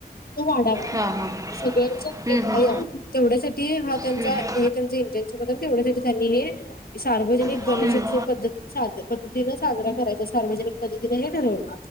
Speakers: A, on the left; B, on the right.
A: तो वाढावा,
B: हां हां
A: सगळ्यांच्यात
B: हम्म,
A: एकता
B: हम्म.
A: यावी तेवढ्यासाठी ठी हा त्यांचा
B: हम्म.
A: हे त्यांच इंटेनशन होतं आणि तेवढ्यासाठी त्यांनी हे सार्वजनिक
B: हम्म.
A: गणेशोत्सव पद्धती सा पद्धतीन साजरा करायचा, सार्वजनिक पद्धतीने हे ठरवलं.